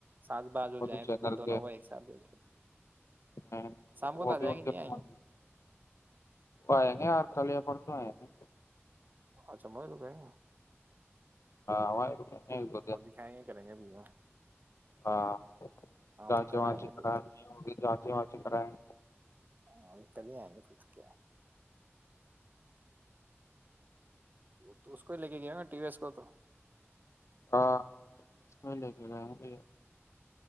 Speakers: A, on the right; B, on the left.
A: سج باز ہو
B: وہ
A: جائیں
B: چینل
A: تو پھر دونوں
B: کے
A: کو ایک ساتھ د
B: ہیں
A: شام کو تو
B: وہ
A: آ جائے
B: بھی ان
A: گے نہیں
B: کے
A: آئے
B: فون میں وہ آئےیں گے آر کلیہ پرسوں آئے گے
A: اچھا وہ لوگ کہیں گا
B: ہاں وہ رک ایک دو د
A: دکھائیں گے کریں گے بھی وہ،
B: ہاں
A: ہاں
B: جانچے
A: تو کل
B: واچے
A: آئیں گے
B: کرا
A: پھر تو
B: ہوگ جانچے واچے کرائے
A: ہاں نکلنے آئیں گے پھر تو کیا تو اس کو ہی لے کے گیا ہو گا ٹی وس کو تو
B: ہاں اس میں لے کے گیا ب